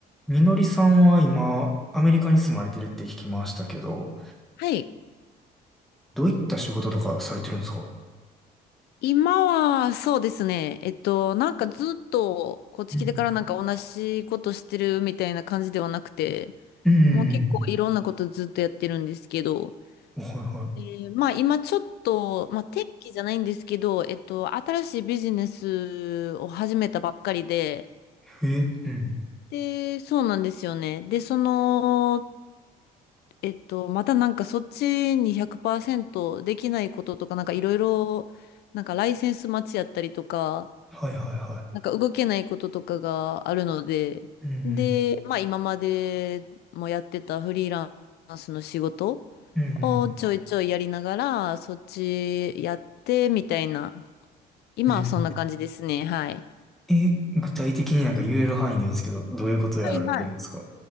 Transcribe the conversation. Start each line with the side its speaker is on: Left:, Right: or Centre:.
Centre: みのりさんは今、アメリカに住まれてるって聞きましたけど、
Left: はい。
Centre: どういった仕事とかされてるんですか
Left: 今は、そうですね。えっと、なんかずっと、こっち来てからなんか同じことしてるみたいな感じではなくて、
Centre: うん。うん。
Left: もう結構いろんなことずっとやってるんですけど、
Centre: うんはいは
Left: で、まあ今ちょっと、まあ天気じゃないんですけど、えっと、新しいビジネスを始めたばっかりで、
Centre: い。え、うん。
Left: で、そうなんですよね。で、その、えっと、またなんかそっちに100%できないこととか、なんかいろいろ、なんかライセンス待ちやったりとか、
Centre: はいはいは
Left: なんか動けないこととかがあるので、
Centre: い。うん
Left: で、まあ今までもやってたフリーランスの仕事
Centre: うん。うん
Left: をちょいちょいやりながら、そっちやってみたいな、今はそんな感じですね。
Centre: うん。
Left: はい。
Centre: えー、え、具体的になんか言える範囲でいいんですけど、どういうことやられてるんですか
Left: はいはい。